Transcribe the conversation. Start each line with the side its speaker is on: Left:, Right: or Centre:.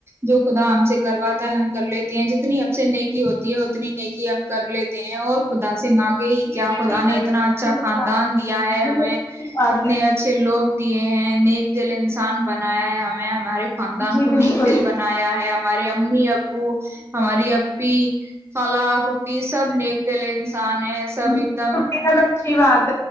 Right: جو خدا ہم سے کرواتا ہے ہم کر لیتے ہیں جتنی ہم سے نیکی ہوتی ہے اتنی نیکی ہم کر لیتے ہیں اور خدا سے مانگے کیا
Left: یہ
Right: خدا
Left: بے حد
Right: نے اتنا
Left: خوبصورت
Right: اچھا خاندان
Left: بات
Right: دیا ہے ہمیں
Left: بہت اچھی بات
Right: اتنے
Left: ہے،
Right: اچھے لوگ دیے ہیں نیک دل انسان بنایا ہے ہمیں ہمارے خاندان
Left: جی
Right: کو
Left: بالکل
Right: نیک دل بنایا ہے ہمارے امی ابو ہماری پی <inaudible> فلاں کھپی سب نیک دے لے انسان ہے سب ایک
Left: چ
Right: دم
Left: بسی بات